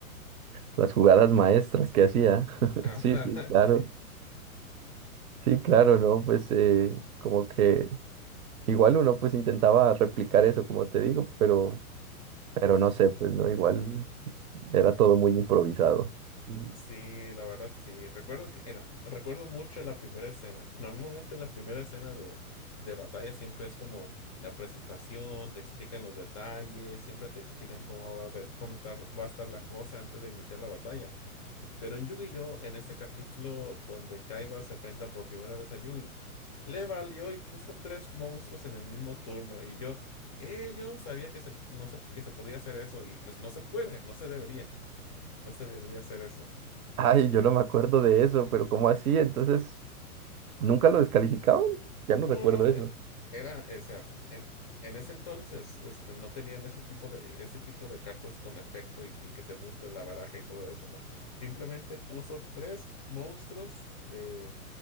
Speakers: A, on the right; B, on the left.
A: Las jugadas maestras que hacía. <laughs>
B: Ajá.
A: Sí, sí, claro.
B: <laughs>
A: Sí, claro, ¿no? Pues eh, como que igual uno pues intentaba replicar eso, como te digo, pero pero no sé, pues no, igual era todo muy improvisado. Y,
B: Sí, la verdad, sí. Recuerdo que en la- recuerdo mucho la primera escena. Normalmente la primera escena de, de batalla siempre es como la presentación, te explican los detalles, siempre te explican cómo va a ver, cómo estar, va a estar la cosa antes de iniciar la batalla. Pero en Yu-Gi-Oh, en este capítulo donde Kaiba se enfrenta por primera vez a Yugi, le valió y puso tres monstruos en el mismo turno. Y yo, eh, yo no sabía que se, no se, que se podía hacer eso. Y pues no se puede, no se debería, no se debería hacer eso.
A: Ay,
B: En,
A: yo no me acuerdo de eso, pero ¿cómo así? Entonces, ¿nunca lo descalificaban? Ya no
B: no,
A: recuerdo
B: no,
A: eso.
B: eh, era, o sea, en, en ese entonces, este, no tenían ese tipo de, ese tipo de cartas con efecto y, y que te buscas la baraja y todo eso, ¿no? Simplemente puso tres monstruos de